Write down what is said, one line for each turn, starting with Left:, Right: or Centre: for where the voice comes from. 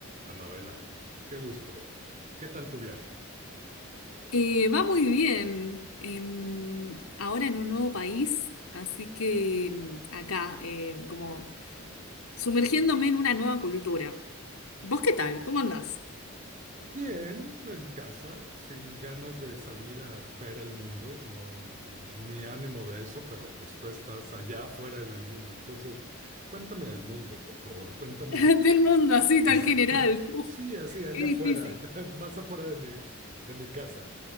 Right: Anabela, qué gusto. ¿Qué tal tu viaje?
Left: Eh, va muy bien. em, ahora en un nuevo país, así que em, acá, eh, como sumergiéndome en una nueva cultura. ¿Vos qué tal? ¿Cómo andás?
Right: Bien, en casa, sin ganas de salir a ver el mundo, no, ni ánimo de eso, pero pues tú estás allá afuera en el mundo. Entonces, cuéntame del mundo, por favor, cuéntame.
Left: <laughs> Del mundo así tan
Right: <laughs>
Left: general. <laughs> Uf,
Right: Sí, así, allá
Left: qué difícil.
Right: afuera, <laughs> más afuera de mi, de mi casa,